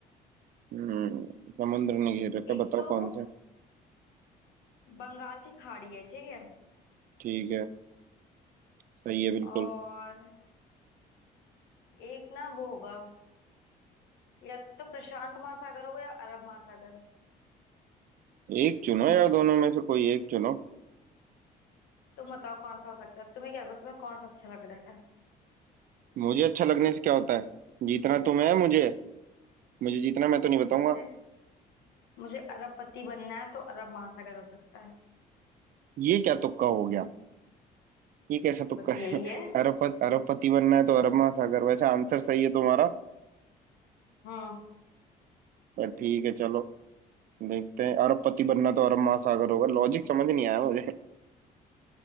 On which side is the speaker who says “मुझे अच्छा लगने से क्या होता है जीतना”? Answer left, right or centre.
Right